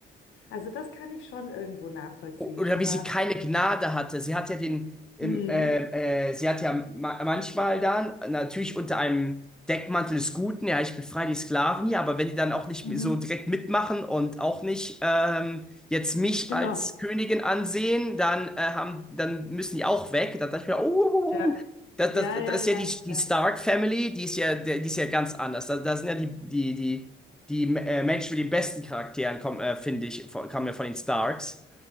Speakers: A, on the left; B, in the centre.
A: also das kann ich schon irgendwo nachvollziehen,
B: Oder
A: aber,
B: wie sie keine Gnade hatte. Sie hat ja den, im,
A: mh,
B: äh, äh, sie hat ja ma manchmal dann, natürlich unter einem Deckmantel des Guten, ja, ich befreie die Sklaven hier, aber wenn die dann auch nicht
A: mhm,
B: so direkt mitmachen und auch nicht ähm, jetzt mich
A: genau,
B: als Königin ansehen, dann, äh, haben, dann müssen die auch weg. Da dachte ich mir, oh, oh, oh,
A: ja,
B: oh. Das, das,
A: ja, ja,
B: das ist
A: ja.
B: ja die, die
A: ja.
B: Stark Family, die ist ja, der- die ist ja ganz anders. Da, da sind ja die, die, die, die äh, Menschen mit den besten Charakteren, kommen, äh, finde ich, von- kamen ja von den Starks.